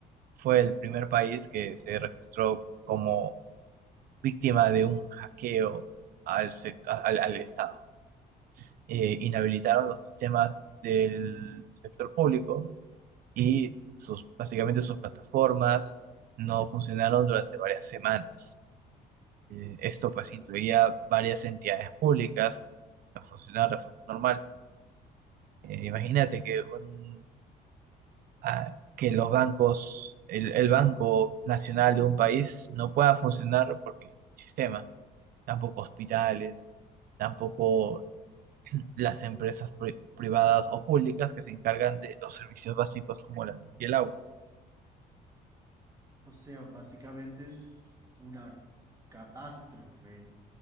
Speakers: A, on the right; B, on the right.
A: fue el primer país que se registró como víctima de un hackeo al, sec- al, al Estado. eh, inhabilitaron los sistemas del sector público y sus, básicamente sus plataformas no funcionaron durante varias semanas. Eh, esto pues incluía varias entidades públicas que no funcionaban de forma normal. Eh, imagínate que, un, ah, que los bancos, el, el Banco Nacional de un país no pueda funcionar porque el sistema, tampoco hospitales, tampoco las empresas pri- privadas o públicas que se encargan de los servicios básicos como la luz y el agua.
B: O sea, básicamente es una catástrofe.